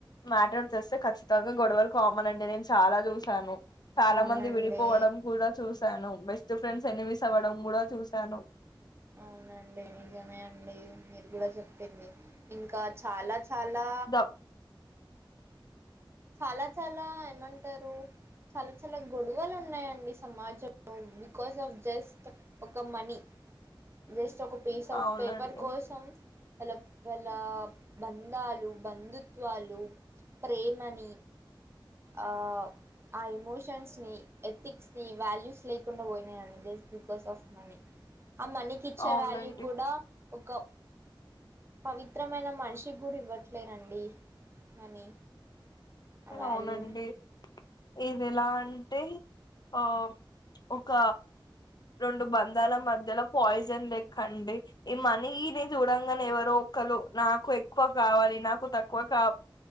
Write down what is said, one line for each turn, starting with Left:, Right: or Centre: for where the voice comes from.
Left: మ్యాటర్ చేస్తే ఖచ్చితంగా గొడవలు కామన్ అండి నేను చాలా చూసాను చాలా
Right: అవునండి
Left: మంది విడిపోవడం కూడా చూశాను బెస్ట్ ఫ్రెండ్స్ ఎన్ని మిస్ అవ్వడం కూడా చూశాను
Right: అవునండి నిజమే అండి మీరు కూడా చెప్పింది ఇంకా చాలా చాలా
Left: ద
Right: చాలా చాలా ఏమంటారు చాలా చాలా గొడవలు ఉన్నాయండి సమాజంలో బికాస్ ఆఫ్ జస్ట్ ఒక మనీ జస్ట్ ఒక పీస్ ఆఫ్
Left: అవునండి
Right: పేపర్ కోసం వాళ్ళ వాళ్ళ బంధాలు బంధుత్వాలు ప్రేమని ఆ ఆ ఎమోషన్స్ నీఎథిక్స్ ని వాల్యూస్ లేకుండా పోయినాయండి జస్ట్ బికాస్ ఆఫ్ మనీ ఆ మనీకి ఇచ్చే
Left: అవునండి
Right: వ్యాల్యూ కూడా ఒక పవిత్రమైన మనిషికి కూడా ఇవ్వట్లేరండి మనీ ఆ వాల్యూ
Left: అవునండి ఇదిలా అంటే ఆ ఒక రెండు బంధాల మధ్యలో పాయిజన్ లెక్కండి ఈ మనీని చూడంగానే ఎవరో క్కలు నాకు ఎక్కువ కావాలి నాకు తక్కువ కా